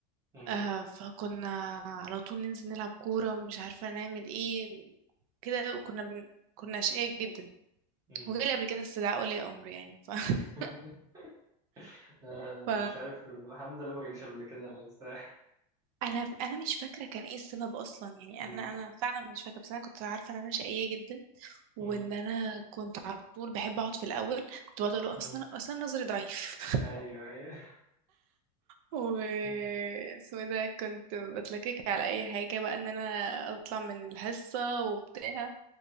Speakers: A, on the right; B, on the right.
A: مم.
B: آه فكنا على طول ننزل نلعب كورة مش عارفة نعمل ايه كده وكنا بن... كنا أشقياء جدا
A: مم.
B: وجالي قبل كده استدعاء ولي أمر يعني ف... <laughs>
A: <laughs> لا،
B: ف...
A: مش عارف الحمد لله ما جاليش قبل كده الساحل
B: أنا أنا مش فاكرة كان ايه السبب أصلا يعني
A: مم.
B: أنا أنا فعلا مش فاكرة بس أنا كنت عارفة إن أنا شقية جدا وإن
A: مم.
B: أنا كنت على طول بحب أقعد في الأول كنت بقعد أقول له
A: مم.
B: أصلا أصلا نظري ضعيف
A: ايوه ايوه
B: و
A: مم.
B: اسمه ده كنت بتلكك على اي حاجة بقى ان انا اطلع من الحصة وبتاع